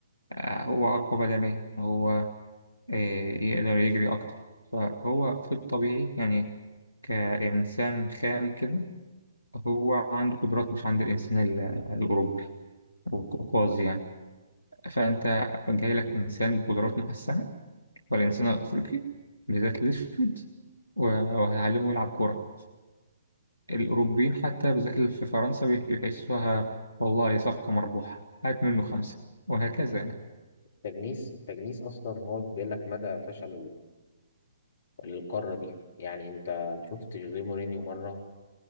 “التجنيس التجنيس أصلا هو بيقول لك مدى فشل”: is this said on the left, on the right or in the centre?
Left